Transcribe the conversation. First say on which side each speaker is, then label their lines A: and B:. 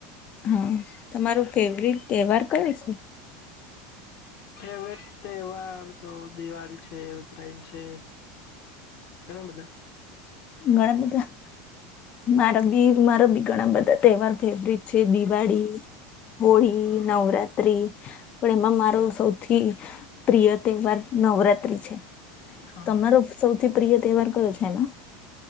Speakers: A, on the left; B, on the left.
A: હા તમારો ફેવરટ તહેવાર કયો છે
B: ફેવરેટ તહેવાર તો દિવાળી છે ઉતરાયણ છે ઘણા બધા
A: ઘણા બધા મારા બી મારા બી ઘણા બધા તહેવાર ફેવરિટ છે દિવાળી હોળી નવરાત્રી પણ એમાં મારો સૌથી પ્રિય તહેવાર નવરાતિ છે
B: હા
A: તમારો સૌથી પ્રિય તહેવાર કયો છે એમાં